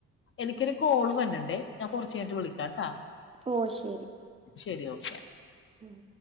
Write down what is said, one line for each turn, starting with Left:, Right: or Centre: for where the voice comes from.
Left: എനിക്കൊരു കോള് വന്ന്ണ്ടേ ഞാൻ കുറച്ചു കഴിഞ്ഞിട്ട് വിളിക്ക അ
Right: ഓ ശരി
Left: ശരിയോ അ
Right: ഉം